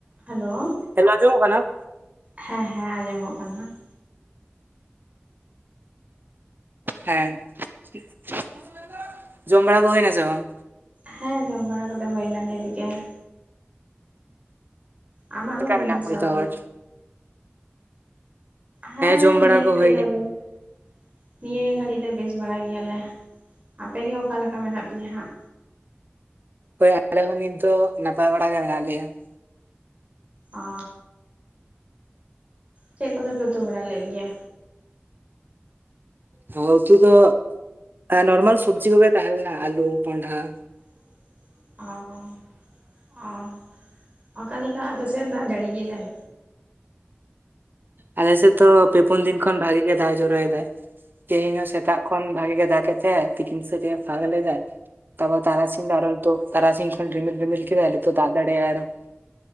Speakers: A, on the right (about 30°); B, on the right (about 50°).
A: Hello
B: hello ᱟᱸᱡᱚᱢᱚᱜ ᱠᱟᱱᱟ?
A: ᱦᱮᱸ ᱦᱮᱸ ᱟᱸᱡᱚᱢᱚᱜ ᱠᱟᱱᱟ ᱾
B: ᱦᱮᱸ <inaudible> ᱡᱚᱢ ᱵᱟᱲᱟ ᱠᱚ ᱦᱩᱭᱱᱟ ᱥᱮ ᱵᱟᱝ?
A: ᱦᱮᱸ ᱡᱚᱢ ᱵᱟᱲᱟ ᱠᱚᱫᱚ ᱦᱩᱭᱱᱟ ᱱᱤᱛ ᱜᱮ ᱾ ᱟᱢᱟᱜᱫᱚ
B: ᱪᱮᱫᱠᱟ
A: ᱦᱩᱭᱱᱟ
B: ᱢᱮᱱᱟᱜ ᱠᱚᱣᱟ
A: ᱥᱮ ᱟᱹᱣᱨᱤ?
B: ᱡᱚᱛᱚ ᱦᱚᱲ?
A: ᱦᱮᱸ
B: ᱡᱚᱢ
A: ᱱᱤᱭᱟᱹ
B: ᱵᱟᱲᱟ ᱠᱚ
A: ᱜᱷᱟᱹᱲᱤᱡ
B: ᱦᱩᱭ
A: ᱫᱚ
B: ᱠᱟᱱᱟ
A: ᱵᱮᱥ ᱾ ᱱᱤᱭᱟᱹ ᱜᱷᱟᱹᱲᱤᱡ ᱫᱚ ᱵᱮᱥ ᱵᱟᱲᱟ ᱜᱮᱭᱟᱞᱮ᱾ᱟᱯᱮᱜᱮ ᱚᱠᱟ ᱞᱮᱠᱟ ᱢᱮᱱᱟᱜ ᱯᱮᱭᱟ ᱦᱟᱸᱜ?
B: ᱦᱳᱭ ᱟᱞᱮ ᱦᱚᱸ ᱱᱤᱛ ᱫᱚ ᱱᱟᱯᱟᱭ ᱵᱟᱲᱟ ᱜᱮ ᱢᱮᱱᱟᱜ ᱞᱮᱭᱟ ᱾
A: ᱟ ᱪᱮᱫ ᱠᱚᱫᱚᱯᱮ ᱩᱛᱩ ᱵᱟᱲᱟ ᱞᱮᱫ ᱜᱮᱭᱟ?
B: ᱦᱚᱸ ᱩᱛᱩ ᱫᱚ ᱱᱚᱨᱢᱟᱞ ᱥᱚᱵᱽᱡᱤ ᱠᱚᱜᱮ ᱛᱟᱦᱮᱸᱞᱮᱱᱟ ᱟᱞᱩ ᱠᱚᱱᱰᱟ ᱾
A: <inaudible> ᱚᱼ ᱦᱚᱸ ᱚ ᱾ ᱚᱠᱟ ᱞᱮᱠᱟ ᱟᱯᱮ ᱥᱮᱫ ᱫᱟᱜ ᱡᱟᱹᱲᱤ ᱮᱫᱟᱭ?
B: ᱟᱞᱮ ᱥᱮᱫ ᱫᱚ ᱯᱮ ᱯᱩᱱ ᱫᱤᱱ ᱠᱷᱚᱱ ᱵᱷᱟᱜᱤ ᱜᱮ ᱫᱟᱜ ᱡᱚᱨᱚᱭᱮᱫᱟᱭ ᱾ ᱛᱮᱦᱮᱧ ᱦᱚᱸ ᱥᱮᱛᱟᱜ ᱠᱷᱚᱱ ᱵᱷᱟᱜᱤ ᱜᱮ ᱫᱟᱜᱮᱫ ᱛᱟᱦᱮᱸ ᱛᱤᱠᱤᱱ ᱥᱮᱛ ᱮ ᱯᱷᱟᱸᱠ ᱞᱮᱫᱟ ᱾ ᱛᱚᱵᱮ ᱛᱟᱨᱟᱥᱤᱧ ᱫᱚ ᱟᱨᱚ ᱱᱤᱛᱚᱜ ᱛᱟᱨᱟᱥᱤᱧ ᱠᱷᱚᱱ ᱨᱢᱤᱤᱞ ᱨᱤᱢᱤᱞ ᱠᱮᱫᱟᱭ ᱱᱤᱛᱚᱜ ᱫᱟᱜ ᱫᱟᱲᱮᱭᱟᱜᱟᱭ ᱟᱨᱚ ᱾